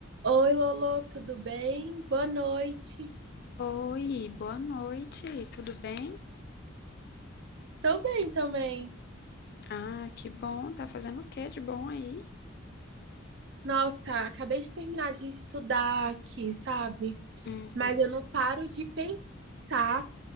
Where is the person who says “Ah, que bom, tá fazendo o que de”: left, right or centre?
Left